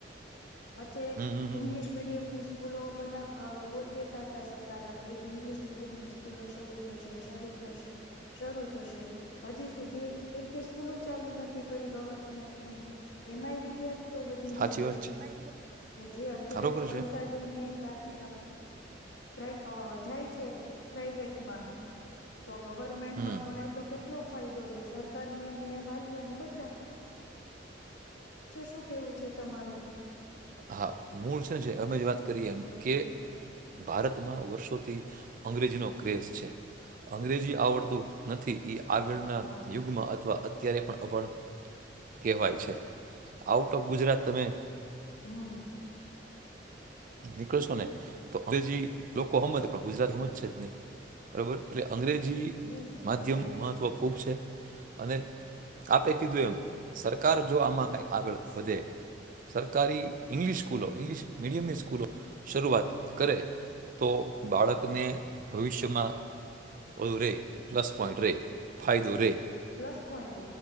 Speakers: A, on the left (about 85°); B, on the right (about 45°).
A: વચ્ચે
B: હમ
A: ઈંગ્લિશ
B: હમ.
A: મીડિયમ ની સ્કૂલો બનાવ કેતા હતા. સરકાર આપડી કે ઈંગ્લિશ મીડિયમની સ્કૂલો શરૂ થશે, શરૂ થશે, શરૂ થશે હજી સુધી એક સ્કૂલો ચાલુ નથી કરી. ગવર્મેન્ટ ની એમાંય વિદ્યાર્થીઓ વધી
B: એમાંય
A: જાય કે જે અત્યારે
B: બરોબર
A: પૈસા
B: છે.
A: દઈને પ્રાથ પ્ર જાય છે પ્રાઈવેટમાં. તો ગવર્મેન્ટમાં
B: એટલે
A: ભણે તો કેટલો ફાયદો રે સરકાર ને ને વાલીઓને બધા શું કેવું છે તમારું
B: હા મૂળ છે. જે અમે વાત કરીએ
A: એમ
B: કે ભારતમાં વર્ષોથી અંગ્રેજી નો ક્રેઝ છે. અંગ્રેજી આવડતું નથી એ આગળના
A: હા
B: યુગમાં અથવા અત્યારે પણ અભણ કેવાય છે. આઉટ ઓફ ગુજરાત તમે
A: હમ.
B: નીકળશો ને તો અંગ્રેજી લોકો સમમજ પણ ગુજરાતી સમમજશે જ નહી. બરોબર એટલે અંગ્રેજી
A: નહી સમજ
B: માધ્યમનું
A: બરાબર
B: મહત્ત્વ ખૂબ છે. અને આપે કીધું એમ સરકાર જો. આમાં કઈ આગળ વધે સરકારી ઇંગલિશ સ્કૂલો ઇંગ્લિશ મીડિયમની સ્કૂલો શરૂઆત કરે, તો બાળકને ભવિષ્યમાં ઓધું રહે. પ્લસ પોઈન્ટ રહે ફાયદો રહે.
A: પ્લસ પોઈન્ટ